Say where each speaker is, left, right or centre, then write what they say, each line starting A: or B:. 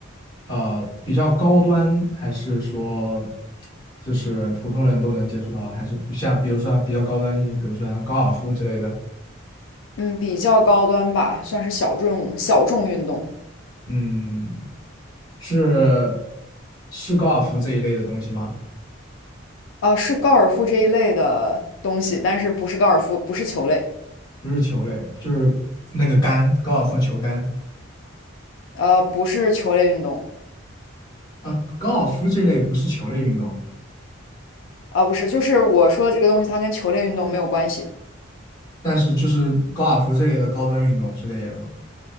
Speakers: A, on the left; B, on the left.
A: 呃比较高端，还是说就是普通人都能接触到？还是比像比如说比较高端一些，比如说像高尔夫之类的？
B: 嗯，比较高端吧，算是小众小众运动。
A: 嗯，是是高尔夫这一类的东西吗？
B: 啊、是高尔夫这一类的东西，但是不是高尔夫，不是球类，
A: 不是球类，就是那个杆，高尔夫球杆
B: 呃，不是球类运动，
A: 啊，高尔夫这类不是球类运动，
B: 啊、不是，就是我说的这个东西，它跟球类运动没有关系。
A: 但是就是高尔夫这类的高端运动是这样的吗？